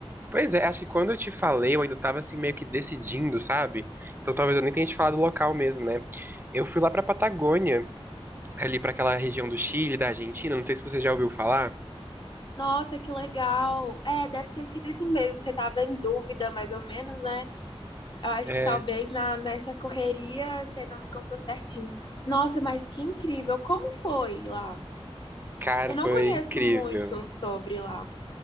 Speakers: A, on the right; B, on the left.
A: Pois é, acho que quando eu te falei, eu ainda tava assim meio que decidindo, sabe? Então talvez eu nem tenha te falado o local mesmo, né? Eu fui lá pra Patagônia. ali pra aquela região do Chile, da Argentina, não sei se você já ouviu falar.
B: Nossa, que legal. É, deve ter sido isso mesmo. Você tava em dúvida, mais ou menos, né? Eu acho
A: É,
B: que talvez na, nessa correria você não me contou certinho. Nossa, mas que incrível. Como foi lá?
A: cara,
B: Eu
A: foi
B: não conheço
A: incrível.
B: muito sobre lá.